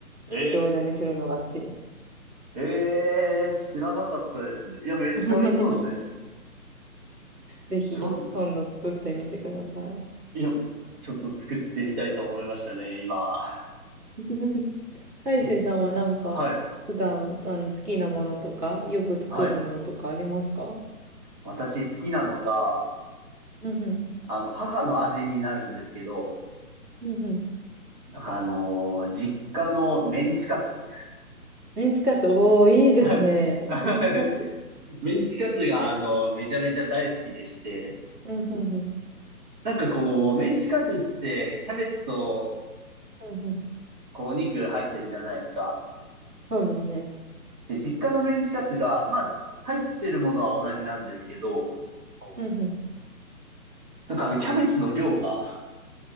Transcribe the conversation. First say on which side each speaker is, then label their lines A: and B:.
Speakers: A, on the right; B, on the right.
A: え
B: 餃子にするのが好きです。
A: ー、えー、知らなかったです。いや、めっちゃ美味しそうですね。
B: <laughs> ぜひ、
A: そん、
B: 今度作ってみてください。
A: いや、ちょっと作ってみたいと思いましたね、今。
B: <laughs> 大成さんはなんか、
A: え、はい。
B: 普段、あの、好きなものとか、よく作るものとかありますか
A: はい。私好きなのが、
B: うんうん。
A: あの、母の味になるんですけど、
B: うんうん。
A: なんかあのー実家のメンチカツ。
B: メンチカツ、おー、いいですね。
A: はい。はい
B: メンチカツ。
A: メンチカツが、あの、めちゃめちゃ大好きでして、
B: うんうんうん。
A: なんかこう、メンチカツってキャベツと
B: うんうん
A: こうお肉入ってるじゃないですか。
B: そうですね。
A: で、実家のメンチカツが、まあ、入ってるものは同じなんですけど、
B: うんうん。
A: なんかあの、キャベツの量が、